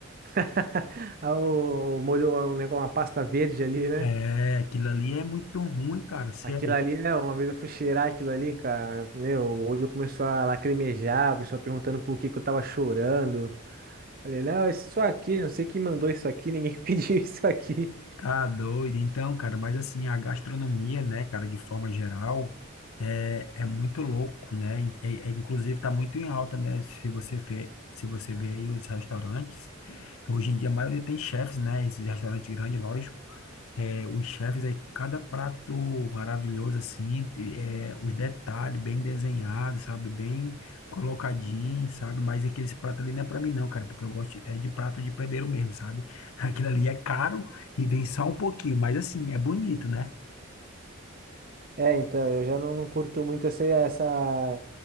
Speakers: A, on the right; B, on the left.
A: <laughs> Ah, O, o molho, um negócio, uma pasta verde ali, né?
B: É, aquilo ali é muito ruim, cara. Você
A: Aquilo
B: é louco.
A: ali, né? Uma vez eu fui cheirar aquilo ali, cara. Meu, o olho começou a lacrimejar, o pessoal perguntando por que que eu tava chorando. Falei, não, isso aqui, não sei quem mandou isso aqui, ninguém <laughs> pediu isso aqui.
B: Tá doido, então, cara, mas assim, a gastronomia, né, cara, de forma geral, é, é muito louco, né? É, é- inclusive, tá muito em alta, né? Se você vê, se você vê aí os restaurantes, hoje em dia a maioria tem chefes, né? Esses restaurantes grandes, lógico. É, os chefes aí, com cada prato maravilhoso, assim, te- é, os detalhes bem desenhados, sabe? Bem colocadinho, sabe? Mas aqueles pratos ali não é pra mim, não, cara, porque eu gosto é de prato de padeiro mesmo, sabe? <laughs> Aquilo ali é caro e vem só um pouquinho, mas assim, é bonito, né?
A: É, então, eu já não, não curto muito essa, essa,